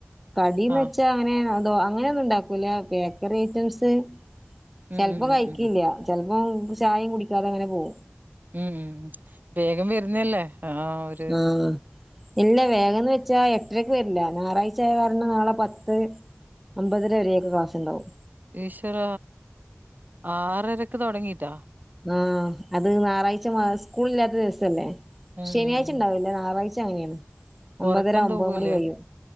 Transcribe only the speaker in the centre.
കടിന്ന്ച്ച
അങ്ങനെ അതോ അങ്ങനെ ഒന്നും ഉണ്ടാക്കൂല. ബേക്കറി ഐറ്റംസ്
ചിലപ്പോ
കഴിക്കില്ല.
ചെൽപ്പോം ചായയും കുടിക്കാതെ അങ്ങനെ പോകും.
ഉം ഇല്ല വേഗംന്ന് വെച്ചാ എട്ടരക്ക് വരില്ല. ഞായറാഴ്ച ആയ കാരണം നാളെ പത്ത്, ഒമ്പതര വരെയൊക്ക ക്ലാസ്ണ്ടാവും.
ആഹ് അത് ഞായറാഴ്ച മാ സ്കൂള് ഇല്ലാത്ത ദിവസല്ലേ.
ശനിയാഴ്ച
ഉണ്ടാവല്ല. ഞായറാഴ്ച അങ്ങിനേണ്. ഒമ്പതര
ഒമ്പത്
മണി കയ്യും.